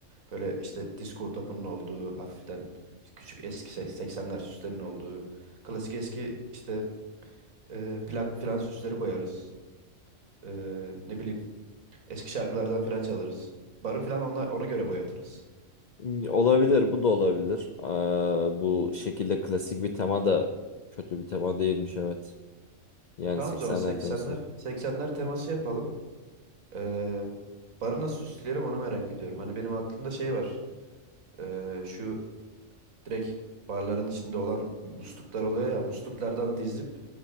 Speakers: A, on the right; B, on the left.
A: Böyle işte disco topunun olduğu hafiften işte küçük eski se- 80'ler süslerinin olduğu klasik eski işte Ee, plak filan süsleri koyarız. Ee, ne bileyim eski şarkılardan filan çalarız. Barı filan ona, ona göre boyatırız.
B: Hmm, Olabilir, bu da olabilir. Ee, bu şekilde klasik bir tema da kötü bir tema değilmiş evet. Yani
A: Tamam
B: 80'ler
A: o zaman 80'ler
B: temasını
A: 80'ler teması yapalım. Ee, barı nasıl süsleyelim onu merak ediyorum. Hani benim aklımda şey var. Ee, şu direkt barların içinde olan musluklar oluyor ya musluklardan dizip